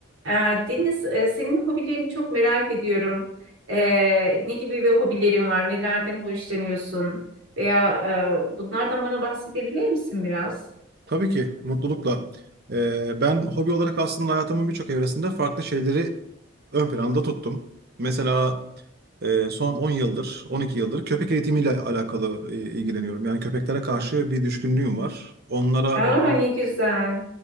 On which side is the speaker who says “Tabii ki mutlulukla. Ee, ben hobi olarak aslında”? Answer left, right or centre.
Right